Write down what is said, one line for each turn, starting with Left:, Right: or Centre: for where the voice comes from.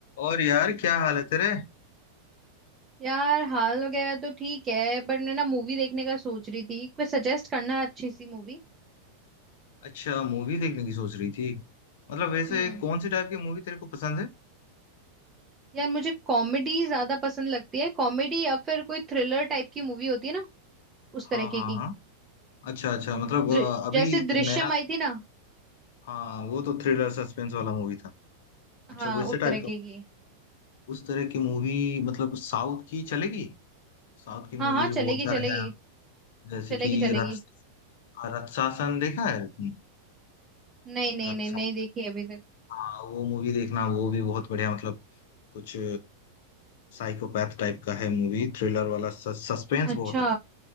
Left: और यार क्या हाल है तेरे
Right: यार हाल वगैरह तो ठीक है बट मैं ना मूवी देखने का सोच रही थी कोई सजेस्ट करना अच्छी सी मूवी
Left: अच्छा मूवी देखने की सोच रही थी मतलब वैसे
Right: हम्म
Left: कौन सी टाइप की मूवी तेरे को पसंद है
Right: यार मुझे कॉमेडी ज्यादा पसंद लगती है कॉमेडी या फिर कोई थ्रिलर टाइप की मूवी होती है ना उस
Left: हाँ
Right: तरीके
Left: हाँ
Right: की
Left: हाँ अच्छा अच्छा मतलब
Right: दृ-
Left: अ, अभी
Right: जैसे दृश्यम
Left: नया
Right: आई थी ना
Left: हाँ वो तो थ्रिलर सस्पेंस वाला मूवी था
Right: हाँ
Left: अच्छा वैसे
Right: उस
Left: टाइप
Right: तरीके
Left: का
Right: की
Left: उस तरह की मूवी मतलब साउथ की चलेगी साउथ की मूवीज
Right: हाँ हाँ चलेगी
Left: भी बहुत सारे
Right: चलेगी
Left: हैं जैसे
Right: चलेगी
Left: कि
Right: चलेगी
Left: रक्स हाँ, रक्षासन देखा है तुमने
Right: नहीं नहीं
Left: रक्षासन
Right: नहीं नहीं देखी अभी तक
Left: हाँ वो मूवी देखना वो भी बहुत बढ़िया मतलब कुछ साइकोपैथ टाइप का है मूवी थ्रिलर वाला सस्पेंस
Right: अच्छा
Left: बहुत है